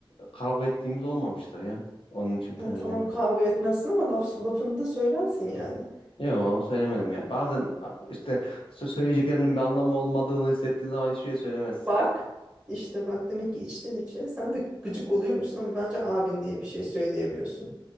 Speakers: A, on the left; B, on the right.
A: kavga ettiğimiz olmamıştır ya onun için
B: Ya
A: falan
B: tamam
A: yani.
B: kavga etmezsin ama laf, lafını da söylersin yani.
A: Yok söylemedim ya. Bazen işte sö- söyleyeceklerinin bir anlamı olmadığını hissettiğin zaman hiçbir şey söylemezsin.
B: Bak işte bak demek ki içten içe sen de gıcık oluyormuşsun ama bence abin diye bir şey söyleyemiyorsun.